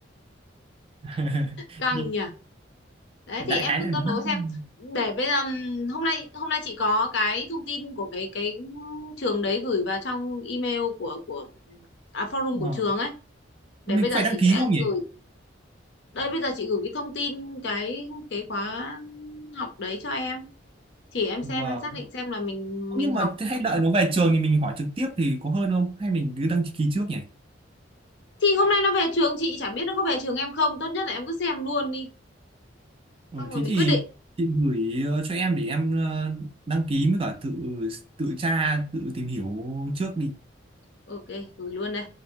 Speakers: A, on the right (about 30°); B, on the left (about 60°).
A: <laughs>
B: căng
A: Nhỉ?
B: nhỉ đấy
A: đại
B: thì em
A: khái
B: cứ
A: là
B: cân đối
A: năm
B: xem
A: năm
B: để bây giờ ừm, hôm nay hôm nay chị có cái thông tin của cái cái trường đấy gửi vào trong email của của à, forum của
A: Ờ.
B: trường ấy để
A: mình
B: bây
A: có
B: giờ
A: phải đăng
B: chị
A: ký
B: sẽ
A: không nhỉ
B: gửi Đây bây giờ chị gửi cái thông tin cái cái khóa học đấy cho em thì em
A: vâng
B: xem em xác định xem là mình mình
A: nhưng mà
B: học
A: thế hãy đợi nó về trường thì mình hỏi trực tiếp thì có hơn không hay mình cứ đăng ký trước nhỉ
B: thì hôm nay nó về trường chị chả biết nó có về trường em không tốt nhất là em cứ xem luôn đi
A: ừ,
B: xong rồi
A: thế
B: mình
A: thì
B: quyết định
A: chị gửi ờ, cho em để em ờ, đăng ký với cả tự tự tra tự tìm hiểu trước đi
B: ok gửi luôn đây